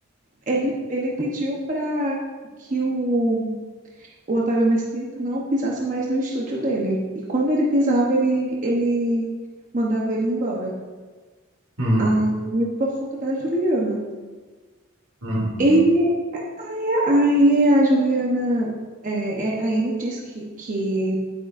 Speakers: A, on the right (about 35°); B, on the right (about 85°).
A: Ele, ele pediu para que o o Otávio Mesquita não pisasse mais no estúdio dele. E quando ele pisava, ele, ele mandava ele embora.
B: Hum,
A: Aí, por conta da Juliana.
B: hum, hum,
A: E aí, aí a Juliana. é, é, aí ele disse que, que